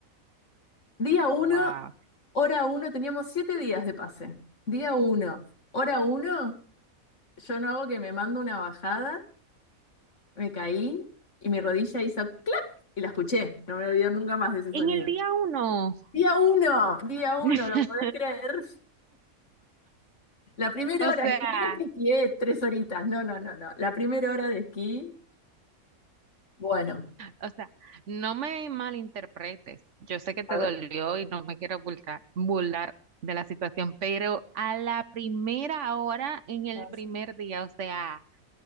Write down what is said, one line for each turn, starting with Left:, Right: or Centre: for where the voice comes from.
Left: Día uno,
Right: Wow.
Left: hora uno, teníamos siete días de pase. Día uno, hora uno, yo no hago que me mando una bajada, me caí y mi rodilla hizo clac y la escuché. No me olvido nunca más de ese sonido.
Right: En el día uno,
Left: Día uno, día uno,
Right: <laughs>
Left: ¿lo podés creer? La primera
Right: o
Left: hora,
Right: sea,
Left: ni siquiera es que esquié tres horitas, no, no, no, no. La primera hora de esquí, bueno,
Right: o sea, no me malinterpretes. Yo sé que te
Left: a
Right: dolió
Left: ver.
Right: y no me quiero burlar, burlar de la situación, pero a la primera hora, en el
Left: sí.
Right: primer día, o sea,